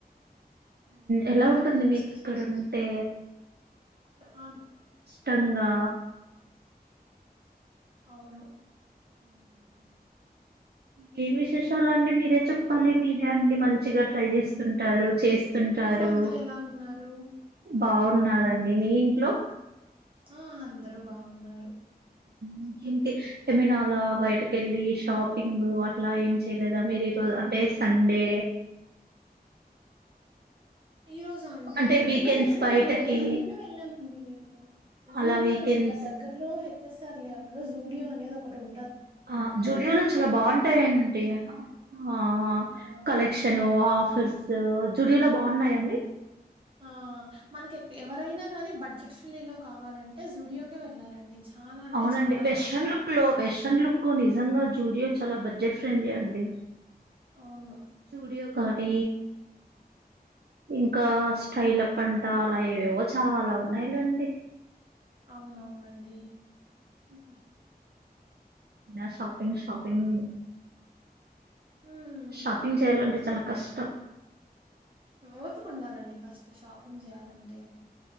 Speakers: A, on the right (about 75°); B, on the right (about 30°).
A: ఎలా
B: ఇంకేంటి
A: ఉంటుంది మీకిక్కడనుంటే
B: విశేషాలు? చ ఆ!
A: తందా
B: అవును
A: ఇంకేం విశేషాలండి, మీరే చెప్పాలి మీరే అన్ని మంచిగా ట్రై చేస్తుంటారు. చేస్తుంటారు.
B: ఇంట్లో అందరెలా ఉన్నారు
A: బావున్నారండి. మీ ఇంట్లో
B: ఆ అందరూ బాగున్నారు.
A: ఇంకేంటి ఏమైనా అలా బయటకెళ్ళి షాపింగ్ అట్లా ఏం చేయలేదా మీరు ఈరో అంటే సండే
B: ఈ రోజా అండి
A: అంటే వీకెండ్స్
B: ఈరోజెక్కడికెళ్ళలేదు,
A: బయటకి
B: నిన్న వెళ్ళామండి మేము.
A: అలా
B: జూడియో
A: వీకెండ్స్
B: ఇక్కడ దగ్గరలో హెచ్ ఎస్ ఆర్ లేఅవుట్ లో జూడియో అనేది ఒ కుటుం
A: ఆ జూడియోలు చాల బాగుంటాయండి. ఆ ఆ
B: ఆహ్,
A: కలెక్షను ఆ ఫర్సు జుడియోలో బాగున్నాయండి.
B: ఆ మనక్ ఎక్ ఎవరైనా గానీ బడ్జెట్ ఫిల్నీ లో కావాలంటే జూడియోకె వెళ్ళాలండి. చాలా అంటే
A: అవునండి
B: చాలా
A: వెష్రన్
B: బావున్నాయి.
A: లుక్ లో వెష్రన్ లుక్ నిజంగా జూడియో చాలా బడ్జెట్ ఫ్రెండ్లీ అండి
B: అవును
A: జూడియో కానీ ఇంకా స్టైలప్ అంట అలా ఏవేవో చాలా ఉన్నాయిలేండి.
B: అవునవునండి ఉహు
A: నా షాపింగ్ షాపింగ్
B: హ్మ్.
A: షాపింగ్ చేయాలంటే చాల కష్టం
B: ఓపికుండాలండి ఫస్ట్ షాపింగ్ చేయాలం టే